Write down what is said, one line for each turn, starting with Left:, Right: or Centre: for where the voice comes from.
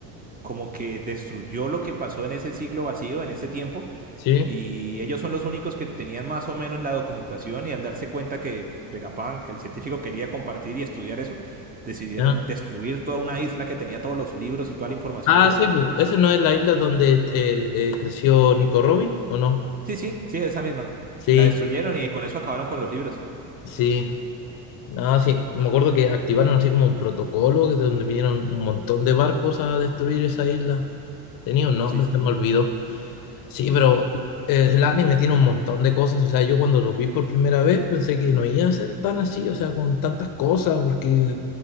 Right: como que destruyó lo que pasó en ese siglo vacío, en ese tiempo,
Left: Sí.
Right: y ellos son los únicos que tenían más o menos la documentación y al darse cuenta que Vegapunk, el científico, quería compartir y estudiar eso, decidieron
Left: ya.
Right: destruir toda una isla que tenía todos los libros y toda la información
Left: Ah,
Right: necesaria.
Left: sí, pu, esa no es la isla donde eh, eh, creció Nico Robin, ¿o no?
Right: Sí, sí, sí, esa misma.
Left: Sí,
Right: La destruyeron y con eso acabaron con los libros.
Left: sí. No, sí, me acuerdo que activaron así como un protocolo de donde vinieron un montón de barcos a destruir esa isla. Tenía un nombre,
Right: Sí, sí.
Left: se me olvidó. Sí, pero eh, el anime tiene un montón de cosas. O sea, yo cuando lo vi por primera vez pensé que no iba a ser tan así, o sea, con tantas cosas, porque